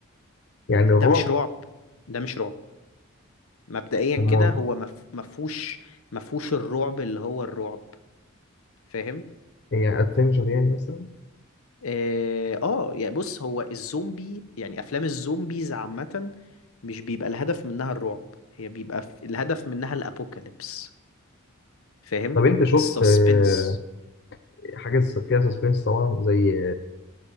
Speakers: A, on the left; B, on the left.
A: يعني الرعب
B: ده مش رعب ده مش رعب مبدئيا
A: امال
B: كده هو مف- مفهوش مفهوش الرعب اللي هو الرعب فاهم
A: يعني ادفنجر يعني مثلا
B: اه آه، يعني بص هو الزومبي يعني افلام الزومبيز عامة مش بيبقى الهدف منها الرعب هي بيبقى ف- الهدف منها الابوكاليبس فاهم
A: طب انت شفت
B: السسبنس
A: آه، حاجه فيها سسبنس طبعا زي